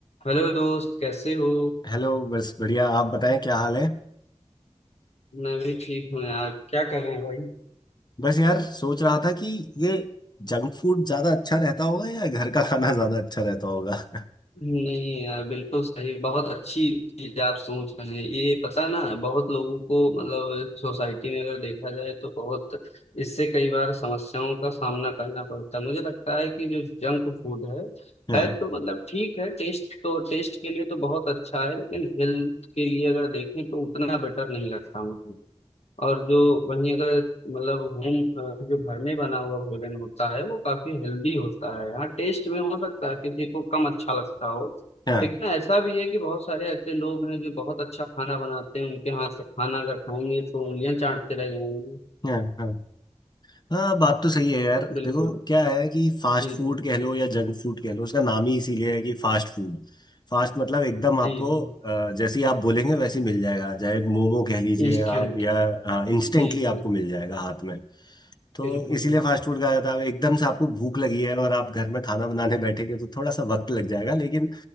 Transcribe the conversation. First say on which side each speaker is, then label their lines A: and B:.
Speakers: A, on the left; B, on the left.
A: Hello दोस्त कैसे हो
B: Hello बस बढ़िया आप बताएं क्या हाल है
A: मैं भी ठीक हूँ यार क्या कर रहे हैं भाई
B: बस यार सोच रहा था कि ये जंक फूड ज्यादा अच्छा रहता होगा या घर का खाना ज्यादा अच्छा रहता होगा <laughs>
A: नहीं यार बिल्कुल सही बहुत अच्छी चीज आप सोच रहे हैं ये पता ना बहुत लोगों को मतलब सोसाइटी में अगर देखा जाए तो बहुत इससे कई बार समस्याओं का सामना करना पड़ता है मुझे लगता है कि जो जंक फूड है
B: हाँ
A: है तो मतलब ठीक है टेस्ट तो टेस्ट के लिए तो बहुत अच्छा है लेकिन हेल्थ के लिए अगर देखें तो उतना बेटर नहीं लगता मुझे और जो वहीं अगर मतलब होम जो घर में बना हुआ भोजन होता है वो काफी हेल्दी होता है हाँ टेस्ट में हो सकता है किसी को कम अच्छा लगता हो
B: हाँ
A: लेकिन ऐसा भी है कि बहुत सारे ऐसे लोग हैं जो बहुत अच्छा खाना बनाते हैं उनके हाथ से खाना अगर खाएंगे तो उंगलियां चाटते रह जाएंगे
B: हाँ हाँ हाँ बात तो सही है यार
A: बिल्कुल
B: देखो क्या है कि फास्ट
A: जी
B: फूड
A: जी
B: कह लो या जंक फूड कह लो उसका नाम ही इसीलिए है कि फास्ट फूड फास्ट मतलब एकदम आपको
A: जी जी
B: अ, जैसे ही आप बोलेंगे वैसे ही मिल जाएगा चाहे मोमो कह लीजिए
A: इंस्टेंट
B: आप या हाँ, इंस्टेंटली
A: जी
B: आपको
A: जी
B: मिल जाएगा हाथ में तो
A: बिल्कुल
B: इसीलिए
A: बिल्कुल
B: फास्ट फूड खाया था एकदम से आपको भूख लगी है और आप घर में खाना बनाने बैठेंगे तो थोड़ा सा वक्त लग जाएगा लेकिन